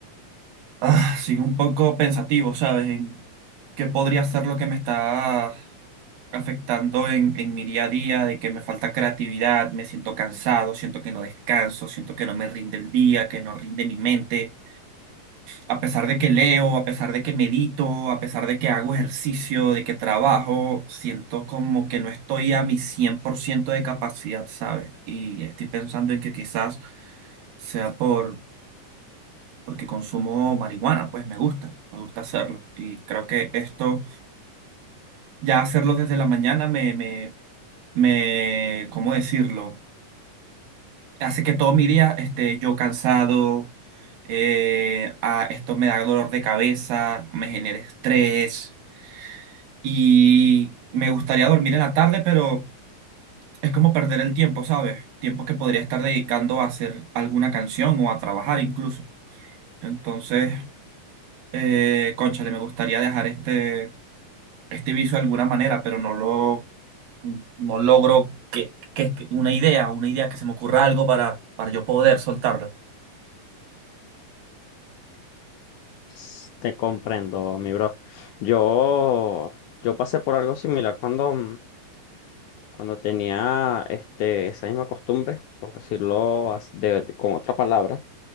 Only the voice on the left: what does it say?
S- Te comprendo, mi bro. Yo, yo pasé por algo similar cuando, mm, cuando tenía este, esa misma costumbre, por decirlo as- de- de- con otra palabra.